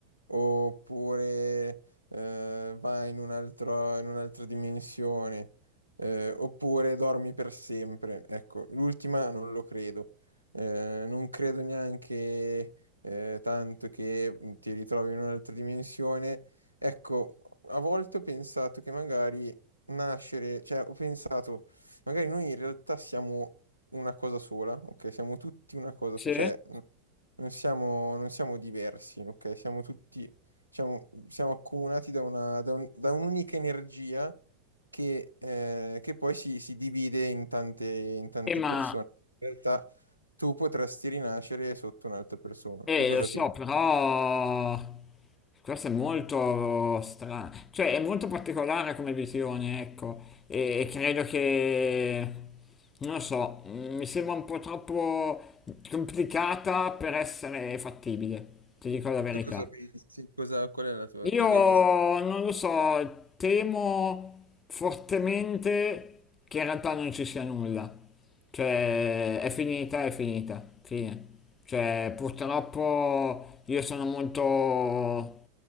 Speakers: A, on the left; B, on the left.
A: oppure eh, vai in un altro- in un'altra dimensione, eh, oppure dormi per sempre. Ecco, l'ultima non lo credo. Eh, non credo neanche eh, tanto che mhmm, ti ritrovi in un'altra dimensione. Ecco, a volte ho pensato che magari nascere, cioè ho pensato, magari noi in realtà siamo una cosa sola, ok? Siamo tutti una cosa
B: Sì?
A: sola, cioè mhmm, non siamo, non siamo diversi, ok? Siamo tutti, siamo, siamo accomunati da una, da un- da un'unica energia che, eh, che poi si, si divide in tante, in tante
B: E ma
A: persone. In realtà tu potresti rinascere sotto un'altra persona.
B: Eh,
A: Tu cosa
B: lo so,
A: pensi?
B: però questo è molto strano, cioè è molto particolare come visione, ecco, e, e credo che, non lo so, mm, mi sembra un po' troppo complicata per essere fattibile, ti dico la verità.
A: Tu cosa pensi? Cosa- qual è la tua,
B: Io
A: che idea ti sei?
B: non lo so, temo fortemente che in realtà non ci sia nulla. Cioè, è finita, è finita, fine. Cioè, purtroppo io sono molto